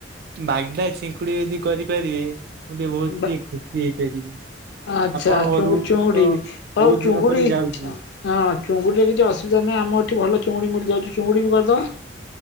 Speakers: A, on the right; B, on the left.
A: ବାଗଦା ଚିଙ୍କୁଡି ଯଦି କରିପାରିବେ। ମୁଁ ଟିକେ ବହୁତ କି
B: ବା
A: ଖୁସି ହେଇପାରିବି।
B: ଆଚ୍ଛା
A: ଆପଣ ଘରୁ
B: ଚୁଙ୍ଗୁ ଚୁଙ୍ଗୁଡି
A: ତ
B: ହଉ
A: ବହୁତ
B: ଚୁଙ୍ଗୁଡି।
A: ଦିନ ପରେ ଯାଉଛି
B: ହଁ ଚୁଙ୍ଗୁଡିରେ କିଛି ଅସୁବିଧା ନାହିଁ ଆମ ଏଠି ଭଲ ଚୁଙ୍ଗୁଡି ମିଳିଯାଉଛି ଚୁଙ୍ଗୁଡି ବି କରିଦ